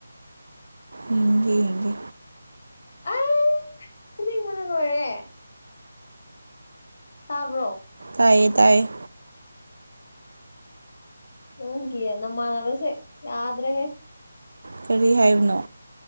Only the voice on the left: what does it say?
ꯑꯦ ꯑꯅꯤꯡꯕꯅ ꯂꯣꯏꯔꯦ ꯇꯥꯕ꯭ꯔꯣ
ꯅꯪꯒꯤ ꯅꯃꯅꯕꯁꯦ ꯌꯥꯗ꯭ꯔꯦ ꯍꯦ